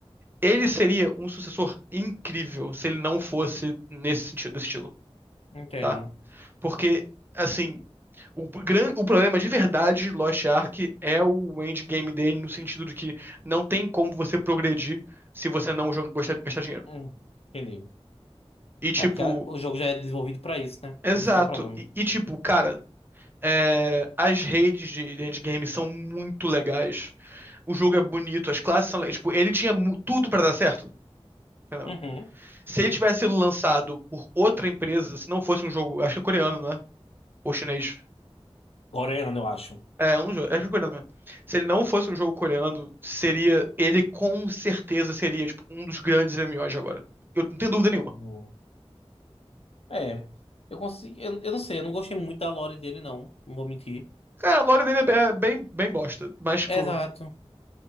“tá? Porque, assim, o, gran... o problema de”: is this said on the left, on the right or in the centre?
Right